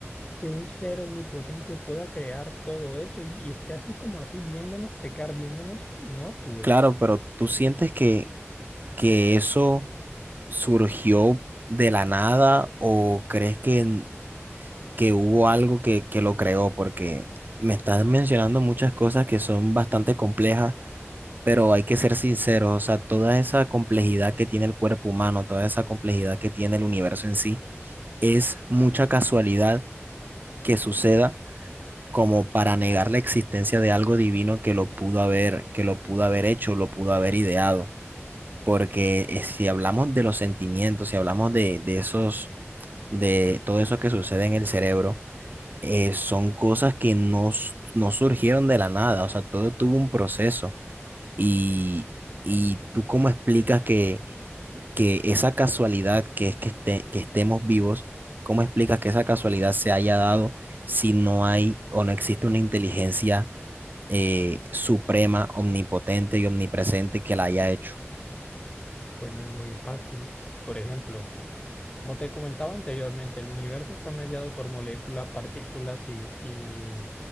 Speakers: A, on the left; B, on the right.
A: que un ser omnipotente pueda crear todo eso y, y esté así como así viéndonos pecar, viéndonos y no actúe.
B: claro, pero tú sientes que que eso surgió de la nada o crees que, que hubo algo que, que lo creó? Porque me estás mencionando muchas cosas que son bastante complejas, pero hay que ser sinceros, o sea, toda esa complejidad que tiene el cuerpo humano, toda esa complejidad que tiene el universo en sí, es mucha casualidad que suceda como para negar la existencia de algo divino que lo pudo haber, que lo pudo haber hecho, lo pudo haber ideado porque eh, si hablamos de los sentimientos, si hablamos de, de esos, de todo eso que sucede en el cerebro, eh, son cosas que no, s- no surgieron de la nada, o sea, todo tuvo un proceso. Y, y tú cómo explicas que, que esa casualidad que es que, este- que estemos vivos, cómo explicas que esa casualidad se haya dado si no hay o no existe una inteligencia eh, suprema, omnipotente y omnipresente que la haya hecho?
A: Pues no es muy fácil. Por ejemplo, como te comentaba anteriormente, el universo está mediado por moléculas, partículas y, y,